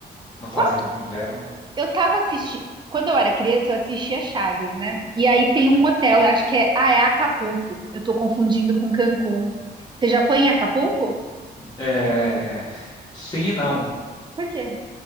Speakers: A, on the left (about 25°); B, on the right (about 25°).
A: Não fazem
B: Qual-
A: inverno.
B: Eu tava assistindo. Quando eu era criança, eu assistia Chaves, né? E aí tem
A: Uhum.
B: um hotel, eu acho que é. Ah, é Acapulco. Eu tô confundindo com Cancún. Você já foi em Acapulco?
A: É, sim e não.
B: Por quê?